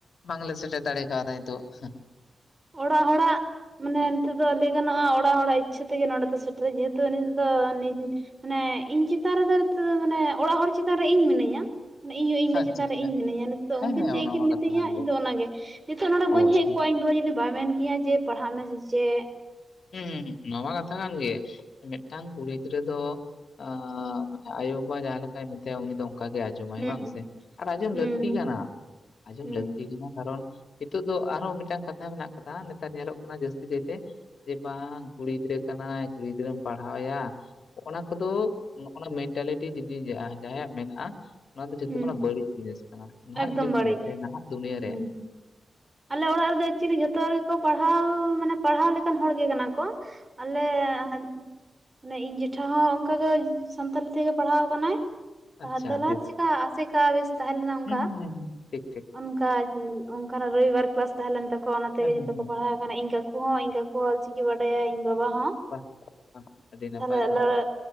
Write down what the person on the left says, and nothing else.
ᱵᱟᱝᱞᱮ ᱥᱮᱴᱮᱨ ᱫᱟᱲᱮ ᱠᱟᱣ ᱫᱟ᱾ ᱛᱚᱜ ᱦᱮᱸ
ᱟᱪᱪᱷᱟ
ᱟᱪᱪᱷᱟ
ᱦᱮᱸ,
ᱦᱮᱸ
ᱚᱱᱟᱢᱟ
ᱠᱟᱛᱷᱟ ᱠᱟᱱ ᱜᱮ
ᱚᱵᱚᱥᱥᱳᱭ᱾
ᱦᱩᱸ ᱱᱚᱶᱟ ᱠᱟᱛᱷᱟ ᱠᱟᱱ ᱜᱮ, ᱢᱤᱫᱴᱟᱝ ᱠᱩᱲᱤ ᱜᱤᱫᱽᱨᱟᱹ ᱫᱚ ᱟ ᱢᱟᱱᱮ ᱟᱭᱳᱵᱟᱵᱟ ᱡᱟᱦᱟᱸ ᱞᱮᱠᱟᱭ ᱢᱮᱛᱟᱭᱟ ᱩᱱᱤ ᱫᱚ ᱚᱱᱠᱟᱜᱮᱭ ᱟ ᱡᱚᱢᱟᱭ
ᱵᱟᱝ ᱥᱮ ᱟᱨ ᱟᱸᱡᱚᱢ
ᱞᱟᱹᱠᱛᱤ ᱠᱟᱱᱟ ᱟᱸᱡᱚᱢ
ᱞᱟᱹᱠᱛᱤ ᱠᱟᱱᱟ ᱠᱟᱨᱚᱱ ᱱᱤᱛᱚᱜ ᱫᱚ ᱟᱨᱦᱚᱸ ᱢᱤᱫᱴᱟᱝ ᱠᱟᱛᱷᱟ ᱢᱮᱱᱟᱜ ᱠᱟᱫᱟ ᱱᱮᱛᱟᱨ ᱧᱮᱞᱚᱜ ᱠᱟᱱᱟ ᱡᱟᱹᱥᱛᱤ ᱠᱟᱭᱛᱮ, ᱡᱮ ᱵᱟᱝ ᱠᱩᱲᱤ ᱜᱤᱫᱽᱨᱟᱹ ᱠᱟᱱᱟᱭ ᱠᱩᱲᱤ ᱜᱤᱫᱽᱨᱟᱹᱢ ᱯᱟᱲᱦᱟᱣ ᱮᱭᱟ, ᱚᱱᱟ ᱠᱚᱫᱚᱜ ᱚᱱᱟ ᱢᱮᱱᱴᱟᱞᱤᱴᱤ ᱡᱩᱫᱤ ᱡᱟᱦᱟᱸᱭᱟᱜ ᱢᱮᱱᱟᱜᱼᱟ, ᱱᱚᱣᱟ ᱫᱚ ᱡᱷᱚᱛᱚ
ᱠᱷᱚᱱᱟᱜ ᱵᱟᱹᱲᱤᱡ ᱡᱤᱱᱤᱥ ᱠᱟᱱᱟ, ᱱᱟᱦᱟᱜ
ᱡᱩᱜᱽ
ᱨᱮ ᱥᱮ ᱱᱟᱦᱟᱜ ᱫᱩᱱᱭᱟᱹᱨᱮ᱾
ᱟᱪᱪᱷᱟ
ᱵᱮᱥ
ᱦᱮᱸ ᱦᱮᱸ ᱦᱮᱸ ᱦᱮᱸ ᱴᱷᱤᱠ ᱴᱷᱤᱠ
ᱦᱮᱸ ᱦᱮᱸ
ᱦᱮᱸ
ᱵᱟᱦ ᱵᱟᱦ ᱟᱹᱰᱤ ᱱᱟᱯᱟᱭ
ᱛᱚ